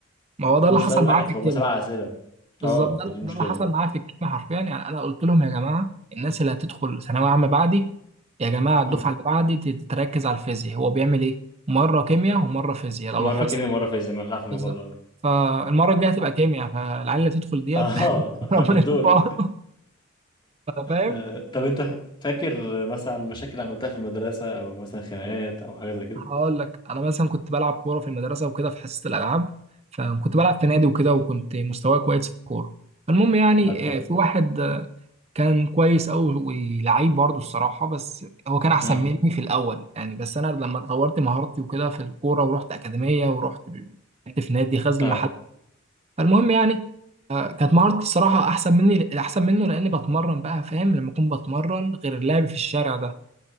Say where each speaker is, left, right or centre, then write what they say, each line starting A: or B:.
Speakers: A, on the right; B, on the left.
A: ما هو ده
B: ومش
A: اللي حصل
B: سؤال واحد
A: معايا في
B: فهم
A: الكيمياء
B: سبع اسئله
A: بالظبط
B: اه ودي
A: ده,
B: المشكله
A: ده اللي حصل معايا في الكيمياء حرفيا يعني أنا قلت لهم يا جماعة الناس اللي هتدخل ثانوية عامة بعدي يا جماعة الدفعة
B: مم.
A: اللي بعدي تتركز على الفيزياء هو بيعمل إيه؟ مرة كيمياء ومرة فيزياء لو
B: مره
A: لاحظت
B: كيمياء مره فيزياء ما بتعرف الموضوع
A: بالظبط
B: ده
A: فالمرة الجاية هتبقى كيمياء فالعيال اللي تدخل ديت
B: اه
A: <laughs>
B: <laughs>
A: ربنا
B: بالدور
A: يكون في عونهم. فاهم
B: آه، طب انت فاكر مثلا مشاكل عملتها في المدرسه او مثلا خناقات او حاجه زي كده
A: هقول لك انا مثلا كنت بلعب كوره في المدرسه وكده في حصه الالعاب فكنت بلعب في نادي وكده وكنت مستواي كويس في الكوره فالمهم يعني
B: طيب حلو
A: آه، في واحد آه، كان كويس قوي ولعيب برضه الصراحه بس هو كان احسن
B: امم
A: مني في الاول يعني بس انا لما طورت مهارتي وكده في الكوره ورحت اكاديميه ورحت ب- لعبت في نادي غزل
B: اه
A: المحل فالمهم يعني آه، كانت مهارتي الصراحه احسن مني احسن منه لاني بتمرن بقى فاهم لما اكون بتمرن غير اللعب في الشارع ده